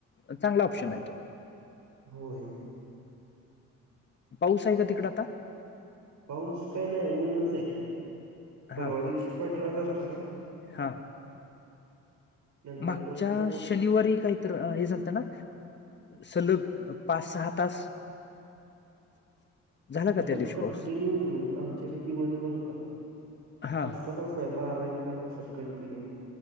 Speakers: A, on the left; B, on the right.
A: चांगला ऑप्शन आहे तो
B: होय
A: पाऊस आहे का तिकड आता
B: पाऊस काय नाही ऊनच आहे
A: हा
B: परवा दिवशी पडला जरास
A: हा
B: नंतर
A: मागच्या
B: परत काय नाही
A: शनिवारी काय तर हे झालत ना सलग पाच सहा तास <inaudible> का
B: तर
A: त्या
B: ल
A: दिवशी
B: कंटिन्यू
A: पाऊस
B: आमच्याकडे दिवसभर होता
A: हा
B: पाच स तास नाही बारा एक तस असतात कंटिन्यू